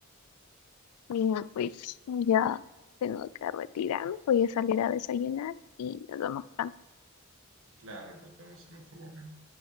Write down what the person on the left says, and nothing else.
Bueno, pues ya tengo que retirarme, voy a salir a desayunar y nos vemos pronto.